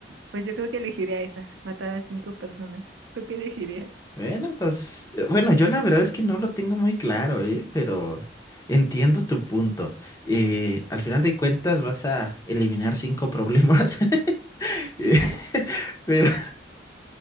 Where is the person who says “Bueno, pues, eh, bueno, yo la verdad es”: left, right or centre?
Left